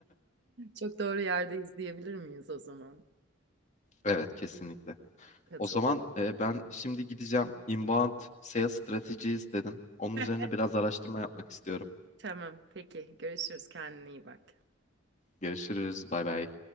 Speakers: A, on the right (about 65°); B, on the left (about 40°).
A: Çok doğru yerdeyiz diyebilir miyiz o zaman?
B: Evet, kesinlikle.
A: Katılıyorum.
B: O zaman e, ben şimdi gideceğim. Inbound Sales Strategies dedin. Onun
A: <laughs>
B: üzerine biraz araştırma yapmak istiyorum.
A: Tamam, peki. Görüşürüz. Kendine iyi bak.
B: Görüşürüz. Bay bay.